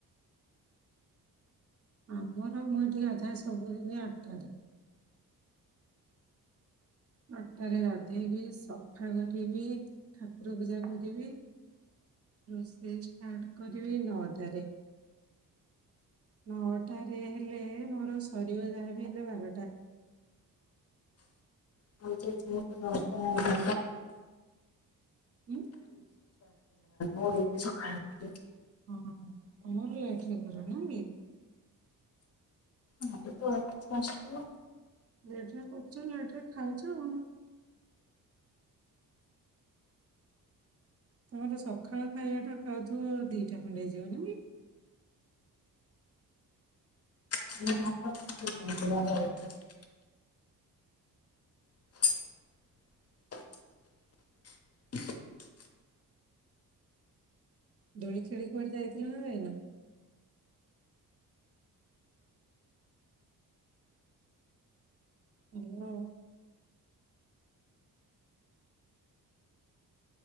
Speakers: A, on the right; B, on the left.
A: ଆମର ମୁଏଠି ଗାଧାଏ ସବୁଦିନ ଆଠଟାରେ। ଆଟଟାରେ ଗାଧେଇବି ସଫା କରିବି ଠାକୁର ପୂଜା କରିବି ରୋଶ ଇ ଷ୍ଟାର୍ଟ କରିବି ନଅଟାରେ। ନଅଟାରେ ହେଲେ ମୋର ସରିବ ଯାହାବି ହେଲେ ବାରଟା?
B: ଷ <inaudible> ନେଇି ସକାଳୁ
A: ଉଁ
B: ଉଠ <unintelligible>
A: ହଁ ତମର ଲେଟରେ କର ନା କି
B: ଆମର ତ ପୁଅ ଆସୁଚି ପାଞ୍ଚଟାରେ।
A: ଲେଟ୍ ରେ କରୁଛ ଲେଟ୍ ରେ ଖାଉଛ ଆଉ। ତମେତ ସ ଖାଳ ଖାଇବା ଟା ଖାଉଥିବ ଦିଟା ଖଣ୍ଡେ ହେଇଯିବ ନାଇକି?
B: ଘ ଦ <inaudible> <inaudible>
A: ଦୋଳି ଖେଳିି କୁଆଡେ ଯାଇଥିଲ ନା ଯାଇନ? ହାଲୋ।